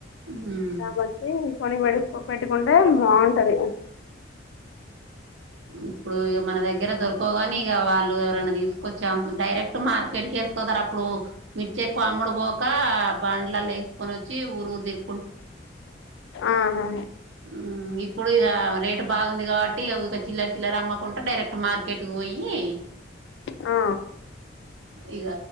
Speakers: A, on the right (about 75°); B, on the left (about 75°).
A: మ్మ్
B: నమస్తే కొనే మడ పెట్టుకుంటే బాగుంటది
A: ఇప్పుడు ఇగ మన దగ్ దగ్గర దొరకోగాని ఇక వాళ్ళు ఎవరైనా తీసుకొచ్చాం. డైరెక్ట్ మార్కెట్ కే పోతారప్పుడు, మిర్చెక్కువ అమ్ముడు పోక బండ్లల్లో వేసుకోనొచ్చి ఊరూరు తిరు
B: ఆహా
A: హ్మ్మ్ ఇప్పుడు ఇగ రేటు బాగుంది గాబట్టి ఊక చిల్లర చిల్లర అమ్మకుంటా డైరెక్ట్ మార్కెట్ కు పోయి
B: ఆ
A: ఇగ